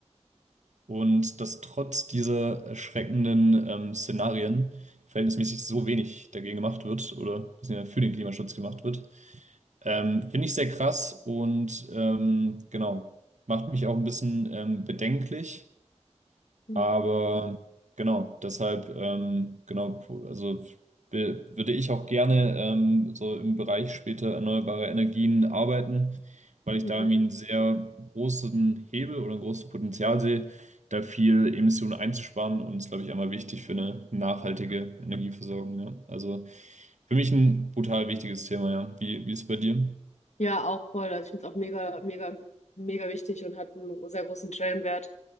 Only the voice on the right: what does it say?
Und dass trotz dieser erschreckenden ähm, Szenarien verhältnismäßig so wenig dagegen gemacht wird oder beziehungsweise für den Klimaschutz gemacht wird, ähm, finde ich sehr krass und ähm, genau, macht mich auch ein bisschen ähm, bedenklich
aber genau, deshalb, ähm, genau, also w- würde ich auch gerne ähm, so im Bereich später erneuerbare Energien arbeiten, weil ich
da irgendwie einen sehr großen Hebel oder ein großes Potenzial sehe, da viel Emissionen einzusparen und ist, glaube ich, einmal wichtig für eine nachhaltige Energieversorgung. Ja. Also für mich ein brutal wichtiges Thema, ja. Wie, wie ist es bei dir?